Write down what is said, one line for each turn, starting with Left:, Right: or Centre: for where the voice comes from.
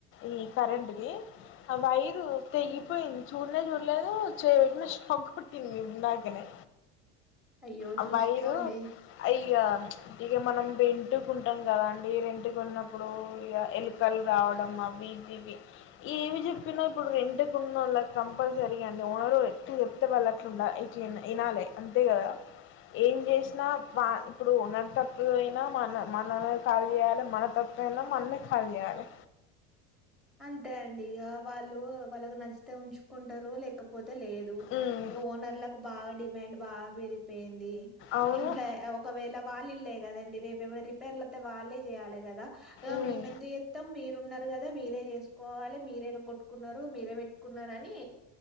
Left: ఈ కరెంట్ది ఆ వైరు తెగి పోయింది చూడ్నె చూల్లేదు చేయ్ పెట్నా షాక్ కొట్టింది ఇందాకనే
Centre: అయ్యో
Left: ఆ
Centre: చూసుకోండి
Left: వైరు అయి ఇక ఇక మనం రెంట్కుంటాం కదా అండి రెంట్టుకున్నప్పుడు ఇక ఎలుకలు రావ డం అవి ఇవి ఇవి ఏమి చెప్పిన ఇప్పుడు రెంట్ ఉన్నోళకు కంపల్సరీ అం ఓన ఎట్లు చెప్తే వాళ్ళట్లుండాలీ ఇట్ల వినాలె అంతే కదా ఏం చేసినా వా ఇప్పుడు ఓనర్ తప్పు అయినా మన మనమే కాల్ చేయాలి మన తప్పైనా మనమే కాల్ చేయాలె
Centre: అంతే అండి ఇక వాళ్ళు వాళ్ళకి నచ్చితే ఉంచుకుంటారు లేకపోతే లేదు
Left: ఉమ్
Centre: ఇగ ఓనర్ లకు బాగా డిమాండ్ బాగా పెరిగి అయిపింది
Left: అవును
Centre: ఇంట్లో ఒకవేళ వాళ్ళ ఇల్లే కదండి రేపు ఏమైనా రిపేర్లు వత్తె వల్లే చేయాలి గద
Left: ఉమ్
Centre: మేమెందుకు జేత్తం మీరు వున్నారుగద మీరే చేసుకోవాలి మీరే ఇరగకొట్టుకున్నారు మీరే పెట్టుకున్నారు అని